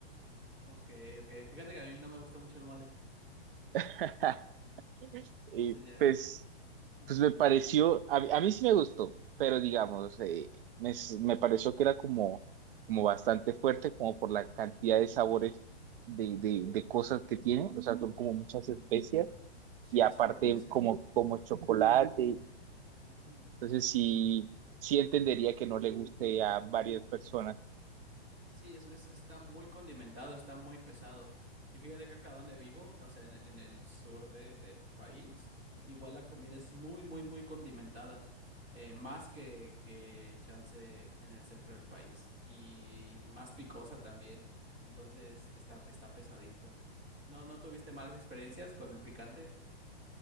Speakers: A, on the right; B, on the right.
A: Ok, ok. Fíjate que a mí no me gusta mucho el mole.
B: <laughs> Y
A: Ese ya.
B: pues
A: ujú.
B: Pues me pareció, a, a mí sí me gustó, pero digamos, eh, me, s- me pareció que era como, como bastante fuerte, como por la cantidad de sabores de, de, de cosas que tiene, o sea, son como muchas especias
A: Sí,
B: y aparte
A: es fuertísimo.
B: como, como chocolate,
A: Ujú.
B: entonces sí, sí entendería que no le guste a varias personas.
A: Sí, eso es, está muy condimentado, está muy pesado. Y fíjate que acá donde vivo, o sea, en, el en el sur de- del país, igual la comida es muy, muy, muy condimentada. eh, más que, que chance en el centro del país. Y más picosa también. Entonces está, está pesadito. ¿No, no tuviste malas experiencias con el picante?